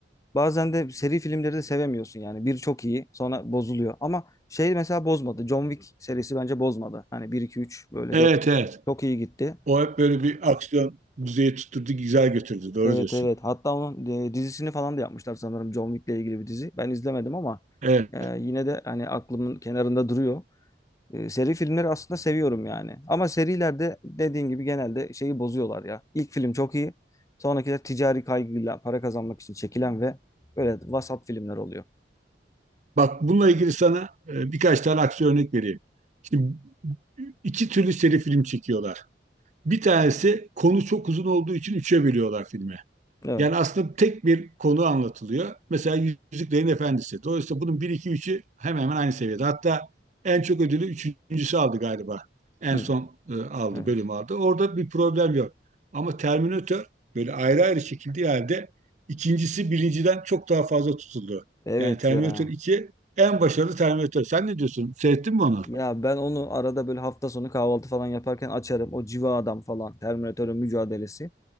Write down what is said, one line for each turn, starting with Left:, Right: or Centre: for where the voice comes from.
Left: bazen de seri filmleri de sevemiyorsun yani. Bir çok iyi, sonra bozuluyor. Ama şey mesela bozmadı. John Wick serisi bence bozmadı. Hani bir 2 3 böyle
Right: Evet
Left: dört
Right: evet.
Left: çok iyi gitti.
Right: O hep böyle bir aksiyon düzeyi tutturdu, güzel götürdü. Doğru
Left: Evet
Right: diyorsun.
Left: evet. Hatta onun e, dizisini falan da yapmışlar sanırım John Wick'le ilgili bir dizi. Ben izlemedim ama
Right: Evet.
Left: e, yine de hani aklımın kenarında duruyor. E, seri filmleri aslında seviyorum yani. Ama serilerde dediğin gibi genelde şeyi bozuyorlar ya. İlk film çok iyi. Sonrakiler ticari kaygıyla para kazanmak için çekilen ve böyle vasat filmler oluyor.
Right: Bak bununla ilgili sana e, birkaç tane aksiyon örnek vereyim. Şimdi iki türlü seri film çekiyorlar. Bir tanesi konu çok uzun olduğu için üçe bölüyorlar filmi.
Left: Evet.
Right: Yani aslında tek bir konu anlatılıyor. Mesela Yüzüklerin Efendisi. Dolayısıyla bunun bir 2 üçü hemen hemen aynı seviyede. Hatta en çok ödülü üçüncüsü aldı galiba. En
Left: Hı,
Right: son e, aldı,
Left: evet.
Right: bölüm aldı. Orada bir problem yok. Ama Terminator böyle ayrı ayrı çekildiği halde ikincisi birinciden çok daha fazla tutuldu.
Left: Evet
Right: Yani Terminator
Left: ya.
Right: 2 en başarılı Terminator. Sen ne diyorsun? Seyrettin mi onu?
Left: Ya ben onu arada böyle hafta sonu kahvaltı falan yaparken açarım. O Civa Adam falan, Terminatörün mücadelesi.